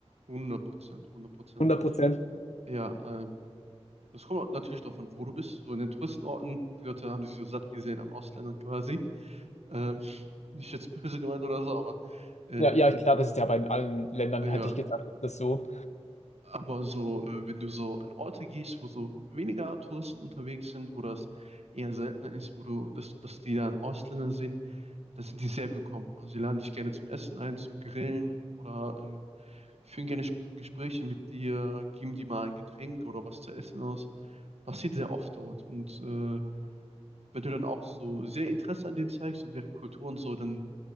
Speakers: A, on the right (about 65°); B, on the left (about 80°).
A: 100 Prozent, 100 Prozent.
B: Hundert Prozent.
A: Ja, ähm, das kommt auch natürlich darauf an, wo du bist. So in den Touristenorten, die Leute haben sich so satt gesehen an Ausländern quasi. Ähm, <laughs> nicht jetzt böse gemeint oder so, aber ähm,
B: Ja, ja, klar, das ist ja bei allen Ländern,
A: ja,
B: hätte ich gesagt, ist das so.
A: Aber so, äh, wenn du so an Orte gehst, wo so weniger Touristen unterwegs sind, wo das eher seltener ist, wo du, dass, dass die dann Ausländer sehen, da sind die sehr willkommen. Also sie laden dich gerne zum Essen ein, zum Grillen oder äh, führen gerne Sp Gespräche mit dir, geben dir mal ein Getränk oder was zu essen aus. Passiert sehr oft dort. Und äh, wenn du dann auch so sehr Interesse an denen zeigst und deren Kultur und so, dann